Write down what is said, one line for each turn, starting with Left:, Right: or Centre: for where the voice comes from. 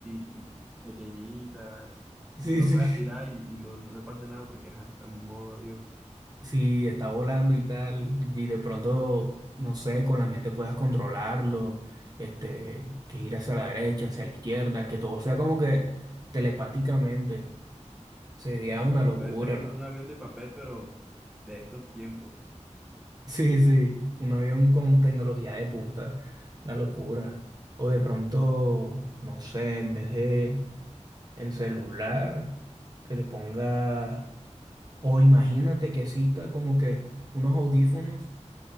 Centre: y- pequeñitas
Right: Sí,
Centre: y tú lo
Right: sí.
Centre: puedas tirar y, y no, no le pase nada porque ajá, está en modo avión.
Right: si está volando y tal, y de pronto, no sé, con la mente puedas controlarlo, este, que ir hacia la derecha, hacia la izquierda, que todo sea como que telepáticamente, sería una
Centre: Y
Right: locura,
Centre: puede ser como
Right: hermano.
Centre: un
Right: <laughs>
Centre: avión de papel, pero de estos tiempos.
Right: Sí, sí, un avión con tecnología de punta, una locura. O
Centre: Sí,
Right: de pronto, no sé, en vez de el celular, que le ponga, o imagínate que exista como que unos audífonos